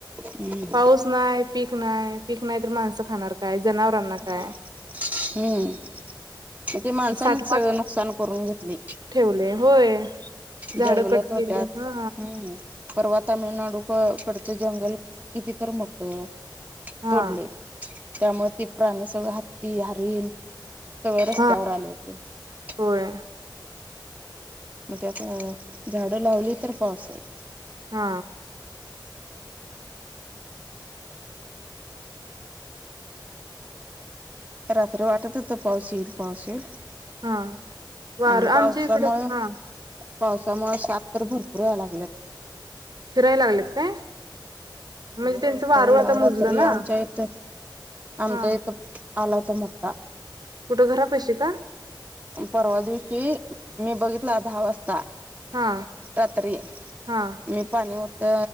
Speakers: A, on the right (about 20°); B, on the right (about 55°).
A: हम्म
B: पाऊस नाही पीक नाही पीक नाही तर माणसं खाणार काय जनावरांना
A: हम्म
B: काय?
A: ते माणसाांनीच
B: साठपाठ
A: सगळ नुकसान करून घेतले
B: ठेवले होय, झाडं
A: जंगल
B: कट
A: तोडल्यात
B: केली हा
A: हम्म परवा तामिळनाडू कडचं जंगल कितीत मोठ
B: हा
A: तोडलं त्यामुळे त प्राणी सगळं हात्ती हारीन सगळं रस्त्यावर
B: हा
A: आल होत
B: होय
A: मग ते आता झाडं लावली तर पाऊस आहेल
B: हा
A: रात्री वाटत होत पाऊस येईल पाऊस येईल
B: हा वार
A: आणि पावसामुळं
B: आमच्या इकडं हा
A: पावसामुळे साप तर भरपूर याव लागले
B: फिरायला लागलेत काय म्हणजे
A: होय
B: त्यांचं वारूळ
A: काल
B: आता मुजलं
A: रात्री
B: ना
A: आमच्या इथ आमच्या
B: हा
A: इथ आला त मोठा
B: कुठं घरा पशी का
A: परवा दिवशी मी बघितला दहा वाजता
B: हा
A: रात्री
B: हा
A: मी पाणी उत